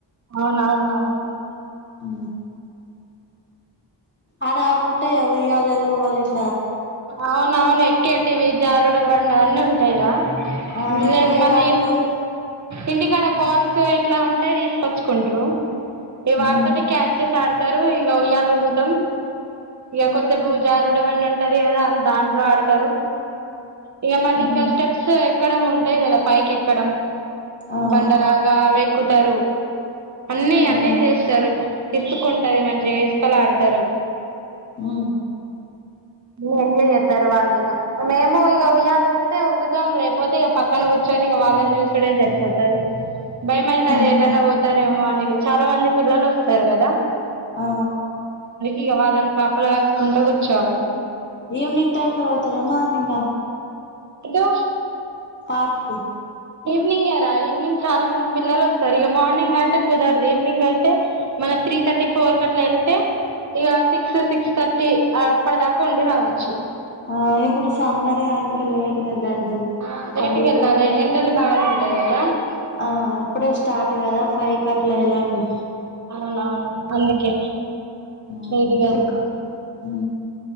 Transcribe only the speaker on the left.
ఊ ఆడ అవి ఉంటాయా ఉయ్యా వాళ్ళలో వాల్లెట్
ఆ ఎక్కువ
ఏద
ఆడతారు.
ఉమ్
ఉమ్
ఆ
ఆ
ఉ
ఆహా
ఆ
ఈవెనింగ్ టైమ్ లో పోతారా మార్నింగ్ అ
పార్క్కి
ఆ ఇప్పుడు సమ్మరే ఇంకా లేట్గా వెళ్ళండి
ఫైవ్
ఫైవ్
ఆ ఇప్పుడే స్టార్ట్ కదా ఫైవ్ కట్లా వెళ్ళండి
ఊ
ఎక్కు ఊ